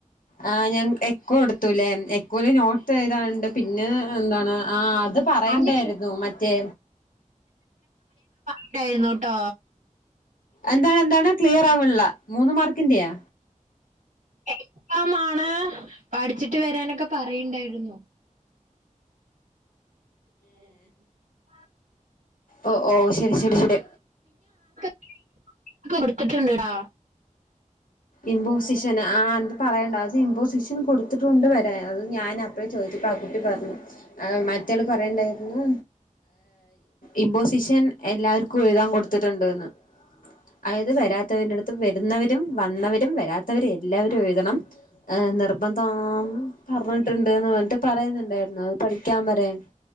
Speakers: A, on the left (about 85°); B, on the right (about 75°).
A: ആ ഞാ എ ക്ക കൊടുത്തൂലേ എക്കോല് നോട്ട് ചെയ്തണ്ട് പിന്നെ എന്താണ് ആ അത് പറയണ്ടായിരുന്നു
B: അതിൽ
A: മറ്റേ
B: ണ്ടായിരുന്നുട്ടോ
A: എന്താണ് എന്താണ് ക്ലിയർ ആവ് ള്ള മൂന്ന് മാർക്കിന്റെയാ?
B: എക്സാമാണ് പഠിച്ചിട്ട് വരാനൊക്കെ പറയണ്ടായിരുന്നു. <unintelligible>
A: ഓ ഓ ശരി ശരി ശരി
B: ക്കെ കൊടുത്തിട്ട്ണ്ട്ടാ
A: ഇമ്പോസിഷൻ ആ ന്ത് പറയേണ്ട ഇമ്പോസിഷൻ കൊടുത്തിട്ടുണ്ട് വരാ അത് ഞാൻ അപ്പഴേ ചോദിച്ചിപ്പോ ആ കുട്ടി പറഞ്ഞു മറ്റൾ പറയണ്ടായിരുന്നു ഇമ്പോസിഷൻ എല്ലാവർക്കും എഴുതാൻ കൊടുത്തിട്ടുണ്ട്ന്ന്. അതായത് വരാത്തവരുടുത്ത് വരുന്നവര് <unintelligible> വന്നവരും വരാത്തവരും എല്ലാവരും എഴുതണം ഏ നിർബന്ധം പറഞ്ഞിട്ടുണ്ട്ന്ന് പറഞ്ഞിട്ട് പറയുന്നുണ്ടായിരുന്നു അത് പഠിക്കാൻ പറയാ